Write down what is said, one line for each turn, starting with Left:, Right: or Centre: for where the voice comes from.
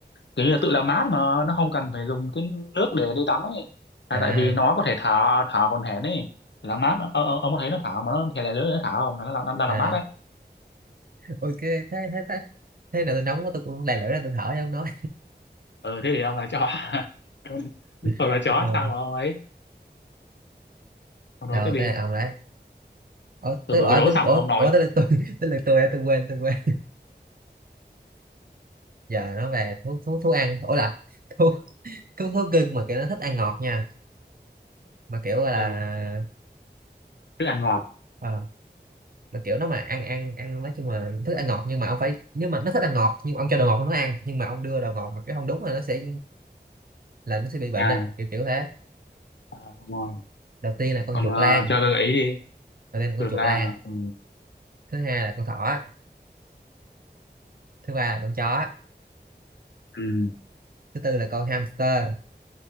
Left: kiểu như là tự làm mát mà nó không cần phải dùng cái nước để đi tắm ấy là
Right: à
Left: tại vì nó có thể thở thở còn hển ấy làm mát ờ, ờ, ông có thấy nó thở mà nó thể là lưỡi nó thở không là nó làm- đang đang
Right: à
Left: làm mát đấy
Right: ok thế thế thế thế nào tôi nóng quá tôi cũng đè lửa ra tôi thở cho ông nói
Left: ờ thế thì ông là chó <laughs>
Right: <laughs>
Left: ông là chó
Right: Ờ.
Left: sao mà ông ấy ông
Right: đâu
Left: nói thế đi
Right: tới là ông đấy ủa
Left: tôi
Right: tới
Left: vừa
Right: ủa
Left: mới đố
Right: tới
Left: xong
Right: ủa,
Left: mà ông
Right: ủa
Left: nói
Right: tới lượt tôi <laughs> tới lượt tôi á, tôi quên tôi quên giờ nó về thú thú thú ăn ủa là <laughs> thú thú thú cưng mà kiểu nó thích ăn ngọt nha mà kiểu gọi là
Left: ờ thức ăn ngọt
Right: ờ, mà kiểu nó mà ăn ăn ăn nói chung là thích ăn ngọt nhưng mà ông phải nếu mà nó thích ăn ngọt nhưng mà ông cho đồ ngọt nó ăn nhưng mà ông đưa đồ ngọt mà cái không đúng là nó sẽ là nó sẽ bị bệnh
Left: à,
Right: á kiểu kiểu thế
Left: à ngồi
Right: đầu tiên là con
Left: còn
Right: chuột
Left: uh,
Right: lang
Left: cho tôi gợi ý đi
Right: đầu tiên là con
Left: chuột
Right: chuột
Left: lang
Right: lang
Left: à? ừ.
Right: thứ hai là con thỏ thứ ba là con chó
Left: Ừ.
Right: thứ tư là con hamster